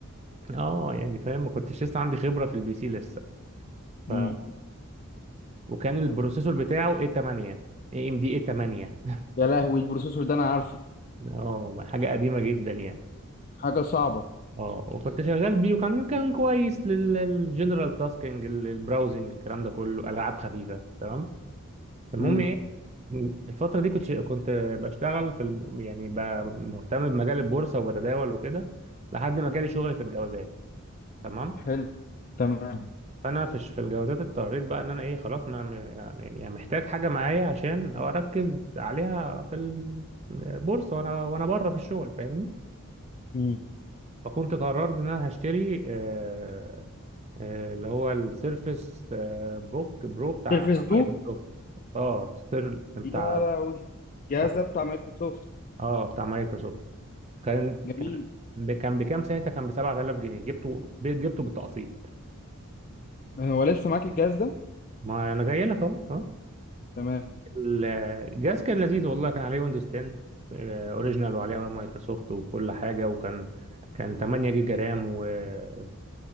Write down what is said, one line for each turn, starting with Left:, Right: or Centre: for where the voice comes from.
Right: اه يعني فاهم ما كنتش لسه عندي خبره في البي سي لسه ف...
Left: امم
Right: وكان البروسيسور بتاعه اي 8 اي ام دي اي 8
Left: يا لهوي البروسيسور ده انا عارفه
Right: اه حاجه قديمه جدا يعني
Left: حاجه صعبه
Right: اه وكنت شغال بيه وكان كان كويس للجنرال تاسكينج البراوزنج الكلام ده كله العاب خفيفه تمام المهم
Left: امم
Right: ايه الفتره دي كنت كنت بشتغل في الب... يعني ب... مهتم بمجال البورصه وبتداول وكده لحد ما جالي شغل في الجوازات تمام
Left: حلو تمام
Right: فانا في في الجوازات اضطريت بقى ان انا ايه خلاص انا م- يعني محتاج حاجه معايا عشان اركز عليها في البورصه وانا وانا بره في الشغل فاهمني
Left: امم
Right: فكنت قررت ان انا هشتري آه، آه، اللي هو السيرفس آه، بوك برو بتاع
Left: تلفز دو
Right: مايكروسوفت اه سير- بتاع
Left: يا لهوي الجهاز
Right: بتاع-
Left: ده بتاع مايكروسوفت
Right: اه بتاع مايكروسوفت كان
Left: جميل
Right: كان ب- كان بكام ساعتها كان ب 7000 جنيه جبته ب- جبته بالتقسيط
Left: هو لسه معاك الجهاز ده
Right: ما انا جاي لك اهو آه.
Left: تمام
Right: الجهاز كان لذيذ والله كان عليه ويندوز 10 آه، اوريجينال وعليه مايكروسوفت وكل حاجه وكان كان 8 جيجا رام وكان